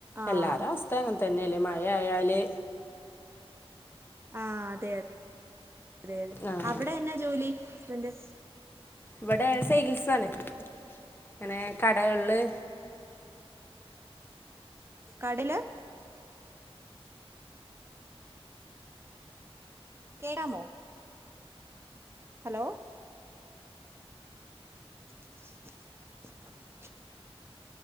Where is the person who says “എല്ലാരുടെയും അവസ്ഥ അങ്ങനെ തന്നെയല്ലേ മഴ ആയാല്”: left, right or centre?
Left